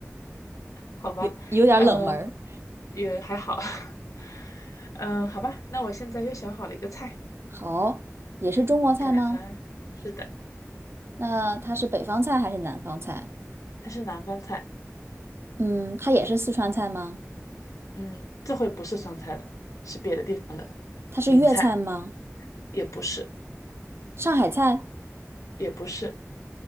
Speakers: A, on the left; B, on the right.
A: 好吧，
B: 有有点冷门儿。
A: 嗯、也还好，<laughs> 嗯、好吧，那我现在又想好了一个菜，
B: 好，也是中国菜吗？
A: 你看来猜是的，
B: 那它是北方菜还是南方菜？
A: 它是南方菜，
B: 嗯，它也是四川菜吗？
A: 嗯，这回不是川菜了，是别的地方的
B: 它是粤菜吗？
A: 名菜，也不是，
B: 上海菜？
A: 也不是，